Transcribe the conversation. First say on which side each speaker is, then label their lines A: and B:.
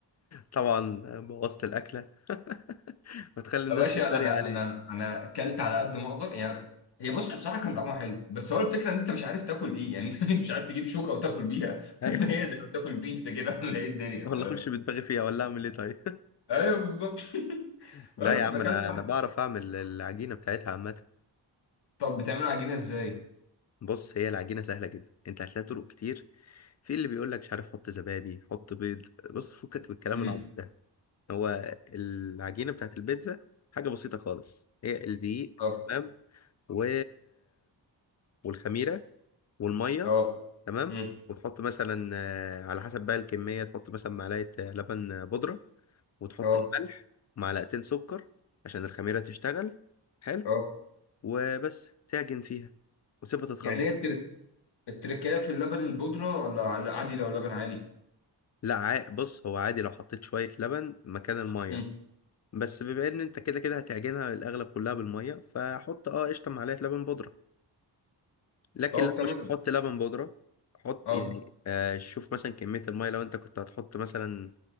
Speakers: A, on the left (about 40°); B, on the left (about 70°).
A: طبعا بوظت الاكله <laughs> بتخلي
B: يا
A: الناس
B: باشا
A: تتريق
B: انا
A: عليك
B: انا انا اكلت على قد ما اقدر يعني هي بص بصراحه كان طعمها حلو بس هو الفكره ان انت مش عارف تاكل ايه يعني <laughs> انت مش عارف تجيب شوكه وتاكل بيها
A: ايوه
B: ولا هي زي ما بتاكل بيتزا كده ولا ايه الدنيا
A: والله
B: فاهم
A: اخش بدماغي فيها ولا اعمل ايه طيب
B: ايوه بالظبط <laughs>
A: <laughs> لا
B: بس
A: يا عم
B: فاكلت
A: انا
B: واحد
A: انا بعرف اعمل العجينه بتاعتها عامه
B: طب بتعملوا عجينه ازاي؟
A: بص هي العجينه سهله جدا انت هتلاقي طرق كتير في اللي بيقول لك مش عارف حط زبادي حط بيض بص فكك من الكلام
B: امم
A: العبيط ده هو العجينه بتاعت البيتزا حاجه بسيطه خالص هي الدقيق
B: اه
A: تمام و... والخميره والميه
B: اه
A: تمام
B: امم
A: وتحط مثلا آه، على حسب بقى الكميه تحط مثلا معلقه آه، لبن آه، بودره وتحط
B: اه
A: الملح ومعلقتين سكر عشان الخميره تشتغل حلو
B: اه
A: وبس تعجن فيها وتسيبها تتخمر
B: يعني ايه التر- التركية في اللبن البودره ولا على- عادي لو لبن عادي؟
A: لا عا- بص هو عادي لو حطيت شوية لبن مكان المية
B: امم
A: بس بما ان انت كده كده هتعجنها الاغلب كلها بالمية فحط اه قشطة معلقة لبن بودرة لكن
B: طب
A: لو
B: تمام
A: مش هتحط لبن بودرة حط
B: اه
A: يعني آه شوف مثلا كمية المية لو انت كنت هتحط مثلا